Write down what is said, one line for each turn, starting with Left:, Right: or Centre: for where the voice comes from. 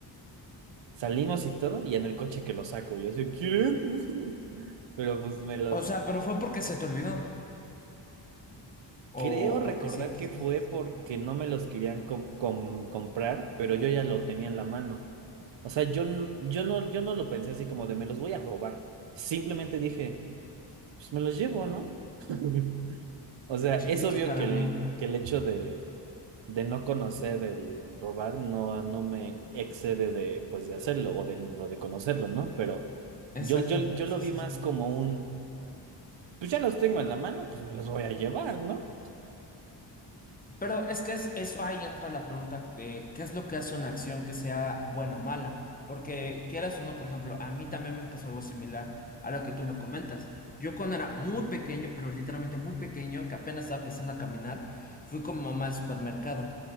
Right: salimos y todo, y en el coche que los saco. Yo así, ¿quieren? <laughs> Pero pues me los...
Left: O sea, pero fue porque se te olvidó.
Right: Creo
Left: O
Right: recordar
Left: porque sí quisiste
Right: que fue
Left: ser.
Right: porque no me los querían com- com- comprar, pero yo ya lo tenía en la mano. O sea, yo, n- yo no, yo no lo pensé así como de me los voy a robar. Simplemente dije, pues me los llevo, ¿no? <laughs> O sea,
Left: Chiquitos
Right: es obvio
Left: para
Right: que el,
Left: mí.
Right: que el hecho de, de no conocer el robar no, no me excede de, pues, de hacerlo o de, o de conocerlo, ¿no? Pero
Left: Exacto,
Right: yo, yo, yo
Left: sí,
Right: lo vi
Left: sí,
Right: más
Left: sí.
Right: como un, pues ya los tengo en la mano, pues me los voy a llevar, ¿no?
Left: Pero es que es, eso ahí entra la pregunta de qué es lo que hace una acción que sea buena o mala. Porque quieras o no, por ejemplo, a mí también me pasó algo similar a lo que tú me comentas. Yo cuando era muy pequeño, pero literalmente muy pequeño, que apenas estaba empezando a caminar, fui con mi mamá al supermercado